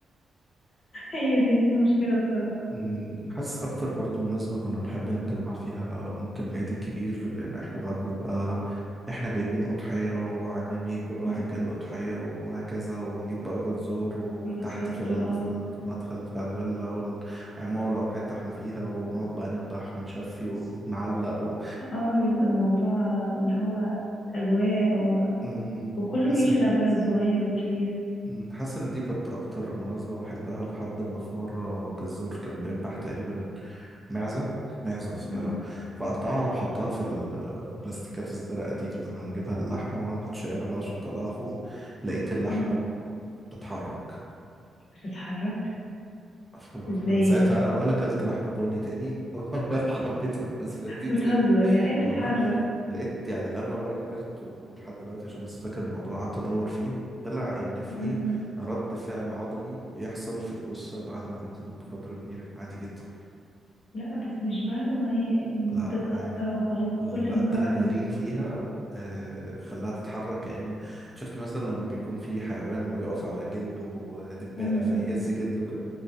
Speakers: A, on the left; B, in the centre.
A: هي دي المشكلة بصراحة
B: مم. حاسس اكتر برضو مناسبة كنا بنحب نتجمع فيها ممكن العيد الكبير لان احنا بقى بنبقى احنا جايبين اضحية وعمامي كل واحد
A: م-
B: جايب
A: م.
B: اضحية وهكذا ونجيب بقى جزور وتحت
A: بالظبط
B: في ال-
A: اه
B: في ال- في المدخل بتاع الفيلا والعمارة او حتة احنا فيها ونقعد بقى نذبح ونشفي ونعلق و...
A: اه بيبقى الموضوع اللي هو أجواء و...
B: أمم،
A: وكله
B: حاسس
A: بيعيش
B: إن-
A: الأجواء الصغير والكبير
B: أمم، حاسس ان دي كانت اكتر مناسبه بحبها لحد ما في مره الجزار كان بيذبح تقريبا معزه معزه صغيره
A: م-
B: فقطعها وحطها في البلاستيكات الزرقاء دي اللي كنا بنجيبها للحمه وانا كنت شايلها بقى عشان اطلعها فوق لقيت اللحمه
A: م.
B: بتتحرك
A: بتتحرك
B: ف-
A: ازاي
B: فمن ساعتها
A: يعني
B: انا ولا اكلت لحم ضاني تاني <laughs> ولا حبيت المناسبه دي تاني
A: بتهزر يعني ايه
B: والله
A: تتحرك
B: لقيت يعني لما بقى كبرت ولحد دلوقتي عشان لسه فاكر الموضوع قعدت ادور فيه طلع ان في
A: م- م.
B: رد فعل عضلي بيحصل في الجثه بعد ما بتموت بفتره كبيره عادي جدا
A: لا بس مش بعد ما ايه م،
B: لا
A: تتقطع
B: عادي
A: وخلاص
B: الادرينالين
A: كل المراحل دي
B: فيها آه، خلاها تتحرك كأن شفتي مثلا لما بيكون في حيوان ويقف على جلده دبانة
A: م- م.
B: فيهز جلده كده